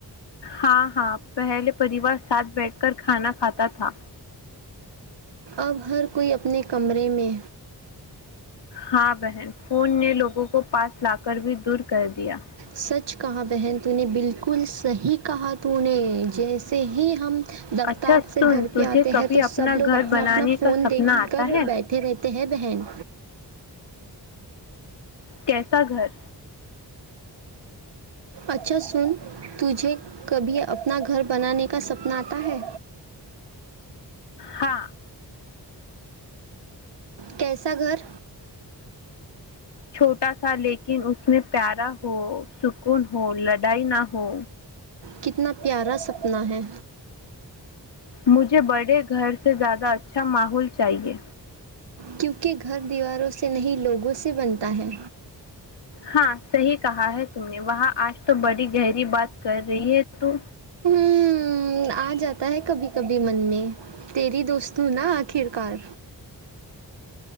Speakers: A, on the left; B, on the right.
A: ہاں ہاں پہلے پریوار ساتھ بیٹھ کر کھانا کھاتا تھا
B: اب ہر کوئی اپنے کمرے میں
A: ہاں بہن فون نے لوگوں کو پاس لا کر بھی دور کر دیا
B: سچ کہا بہن تو نے بالکل صحیح کہا تو نے جیسے ہی ہم دفتار
A: اچھا
B: سے
A: سن
B: گھر
A: تجھے
B: پہ آتے
A: کبھی
B: ہیں تو
A: اپنا
B: سب لوگ
A: گھر
B: اپنا
A: بنانے
B: اپنا فون
A: کا سپنا
B: دیکھ
A: آتا
B: کر
A: ہے
B: بیٹھے رہتے ہیں بہن
A: کیسا گھر
B: اچھا سن تجھے کبھی اپنا گھر بنانے کا سپنا آتا ہے
A: ہاں
B: کیسا گھر
A: چھوٹا سا لیکن اس اس میں پیارا ہو سکون ہو لڑائی نہ ہو
B: کتنا پیارا سپنا ہے
A: مجھے بڑے گھر سے زیادہ اچھا ماحول چاہیے
B: کیونکہ گھر دیواروں سے نہیں لوگوں سے بنتا ہے
A: ہاں صحی کہا ہے تم نے وہاں آج تو بڑی گہری بات کر رہی ہے تو
B: ہ آ جاتا ہے کبھی کبھی من میں تیری دوست ہ نا آخر کار